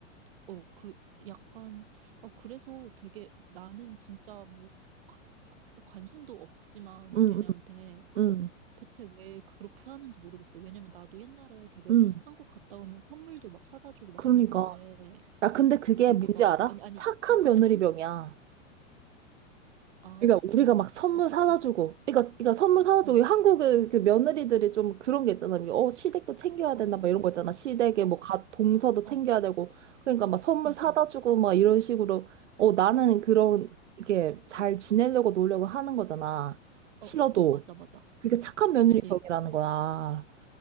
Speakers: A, on the right (about 45°); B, on the right (about 65°).
A: 어 그 약간 어 그래서 되게 나는 진짜 뭐 가- 관심도 없지만
B: 응,
A: 걔네한테
B: 응, 응.
A: 대체 왜 그렇게 하는지 모르겠어. 왜냐면 나도 옛날에 되게
B: 응.
A: 한국 갔다 오면 선물도 막 사다 주고 막
B: 그러니까.
A: 그랬는데
B: 야, 근데 그게
A: 되게
B: 뭔지
A: 막
B: 알아?
A: 아니 아니
B: 착한 며느리병이야.
A: 아니 그 아
B: 그러니까 우리가 막 선물
A: 어떻게?
B: 사다 주고, 그러니까, 그러니까 선물 사다
A: 어
B: 주고 한국의 그 며느리들이 좀 그런 게 있잖아. 이게 어 시댁도 챙겨야
A: 어
B: 된다
A: 어
B: 막
A: 어
B: 이런 거 있잖아. 시댁에
A: 어
B: 뭐
A: 어
B: 가, 동서도 챙겨야
A: 어
B: 되고, 그러니까 막 선물
A: 응
B: 사다
A: 응
B: 주고 막 이런 식으로 어 나는 그런
A: 응
B: 이게 잘 지내려고 노력을 하는 거잖아.
A: 어
B: 싫어도
A: 어 어 맞아 맞아.
B: 그게 착한 며느리병이라는
A: 그치?
B: 거야.